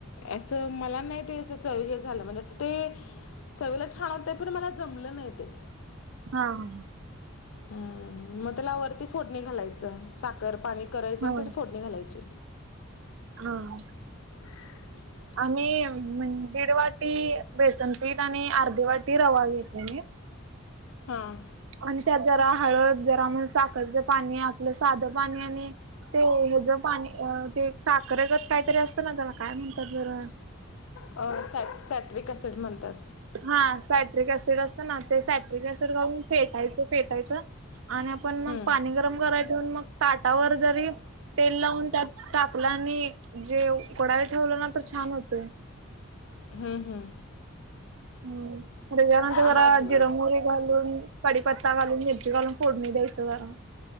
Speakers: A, on the left (about 70°); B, on the right (about 70°).
A: असं मला नाही त्याचं हे झालं म्हणजे असं ते चवीला छान होतं, पण मला जमलं नाहीे. ते
B: हां,
A: हम्म, मग त्याला वरती फोडणी घालायचं. साखर पाणी करायचं
B: हा
A: आणि त्या फोडणी घालायची.
B: हां..
A: ह.. <unintelligible>
B: आम्ही दीड वाटी बेसनपीठ आणि अर्धे वाटी रवा घेते मी.
A: हां.
B: आणि त्यात जरा हळद जरा म साखरचं पाणी आपलं साधं पाणी आणि.. ते ह्याच पाणी ते साखरेगत काहीतरी असतं ना त्याला काय म्हणतात बरं...
A: अ स सॅट्रिक सिड म्हणतात.
B: हा सायट्रिक ऍसिड असतं ना ते सायट्रिक ऍसिड घालून फेटायचं. फेटायचं. आणि आपण मग
A: हम्म
B: पाणी गरम करायचं, मग ताटावर जरी तेल लावून त्यात तापला आणि जे उकडाय ठेवलं ना तर छान होतंय.
A: हम्, हम्म..
B: हम्म, त्याच्यानंतर
A: आ
B: जरा
A: माझी
B: जिरं म्हवरी घालून पडीपत्ता घालून, मिरची घलून, फोडून द्यायचं जरा..